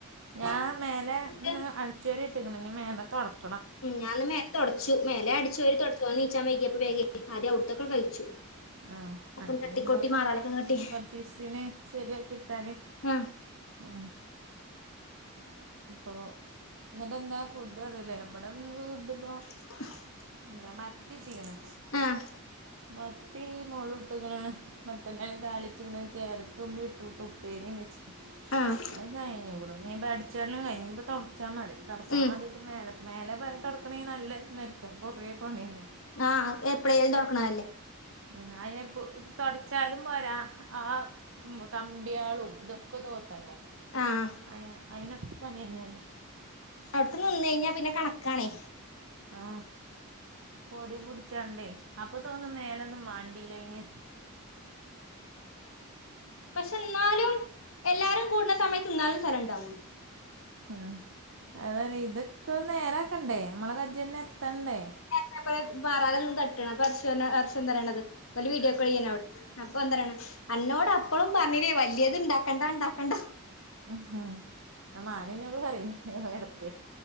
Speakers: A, on the right (about 60°); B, on the left (about 65°).
A: ഞാൻ മേലെന്ന്
B: എന്നിട്ട്
A: അട്ചേരിട്ട്ക്ക്ണ്. ഇഞ്ഞ് മേലെ തൊട്ക്ക
B: ഉം ഞാനിന്ന് മേലെ തൊട്ച്ചു, മേലെ അട്ച്ചു വാരി തൊട്ച്ചു ഓൻ നീച്ചാൻ വൈകിയപ്പോ വേഗേ ആദ്യം ഔട് ത്തൊ ക്കെ കഴ്ച്ചു,
A: ആഹ്
B: ഒക്കെന്ന്
A: അതിനിപ്പോ
B: തട്ടികൊട്ടി മാറാലക്കെതട്ടി
A: <unintelligible> ശരിയാക്കി ഇട്ടാല്
B: ആഹ്
A: ഉം അപ്പൊ ന്നട്ട് എന്താ ഫുഡ് അത് ല്ലേ ഇബടെന്ന് ഫുഡ് ഇപ്പോ
B: <inaudible>
A: എന്താ മത്തിട്ടിക്ക്ണ്
B: ആഹ്
A: മ ത്തി മൊളും ഇട്ട്ക്ക്ണ്, മത്തന്റല താളിച്ചിക്ക്ണ്, ക്യാരറ്റും ബീട്രൂട്ടും ഉപ്പേരിയും വെച്ച്ക്ക്
B: ആഹ്
A: <unintelligible> അത് കഴ്ഞ്ഞ്ക്ക്ണ് ഇനിപ്പ അട് അട്ച്ചേരലും കഴ്ഞ്ഞ്ക്ക്ണ് ഇനി ഇപ്പോ തൊട്ച്ചാ മതി, തൊട്ക്കാ
B: ഉം
A: മാണ്ടീട്ട് മേല മേലെപ്പ തൊട്ക്കണങ്കി നല്ല നെ ർക്ക കൊറേ പണിയണെ
B: ആഹ് എപ്പളേലും തൊട്ക്ക്‌ണല്ലേ.
A: ഉം അയിനിപ്പോ തൊട്ച്ചാലും പോരാ ആ ഉം കമ്പിയാളും ഇതൊക്കെ തോത്തണ്ടേ?
B: ആഹ്
A: അ അയ്നൊക്കെ പ്പണിയനല്ലേ
B: അവ്ട്ക്ക്‌ നിന്നയ്ഞ്ഞാ പിന്നെ കണക്കാണേ
A: ആ പൊടിപുട്ച്ചാണ്ടേ അപ്പൊ തോന്നും മേല ന്നും മാണ്ടീലേനീ
B: പക്ഷെ ന്നാലും എല്ലാരും കൂടുന്ന സമയത്ത്ന്നാലും സ്ഥലം ഉണ്ടാവുല്ല
A: ഉം അതല്ലെ ഇതൊക്കെ നേരാക്കണ്ടേ നമ്മളെ കജ്ജെന്നെ എത്തണ്ടേ
B: അതു പോലെ മാറാല ങ്ങനെ തട്ട്നെ അപ്പോ അർഷു പർന്നു അർഷുന്ത പറിണത് ഓല് വീഡിയോ കോൾ ചെയ്യ <unintelligible> അപ്പൊ എന്തറിണ് അന്നോട് അപ്പളും പർഞ്ഞില്ലേ വലിയ ഇത് ഇണ്ടാക്കണ്ട ഇണ്ടാക്കണ്ട
A: ഹ ഹ ആ മാനു ഇന്നോട് പറയേ എടക്ക്,